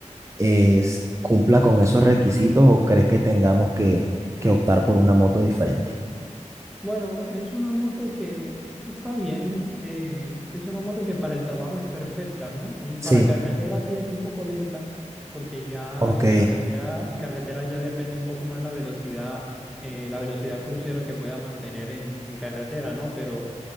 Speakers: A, on the right (about 25°); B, in the centre.
A: es, cumpla con esos requisitos o crees que tengamos que, que optar por una moto diferente.
B: Bueno, es una moto que está bien, eh, es una moto que para el trabajo es perfecta, ¿no? Mm,
A: Sí,
B: Para carretera sí es un poco lenta, porque ya
A: ok.
B: en carretera, en carretera ya depende un poco más la velocidad, eh, la velocidad crucero que pueda mantener en, en carretera, ¿no? Pero,